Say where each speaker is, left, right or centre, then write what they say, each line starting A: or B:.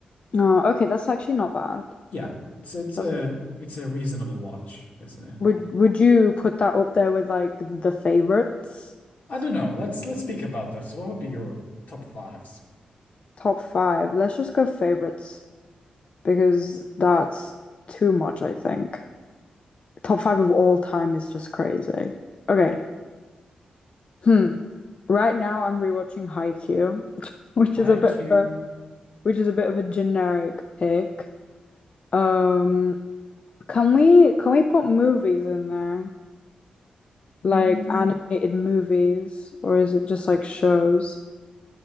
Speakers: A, on the left; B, on the left.
A: Oh, okay, that's actually not bad.
B: Yeah. It's it's
A: That's,
B: a it's a reasonable watch, isn't it?
A: would would you put that up there with like the favorites?
B: I don't know. Let's let's speak about this. What would be your top fives?
A: Top five. Let's just go favorites because that's too much, I think. Top five of all time is just crazy. Okay. Hmm. Right now I'm rewatching Haikyuu, <laughs> which
B: IQ.
A: is a bit of a, which is a bit of a generic pick. Um Can we can we put movies in there?
B: Mm,
A: Like animated movies, or is it just like shows?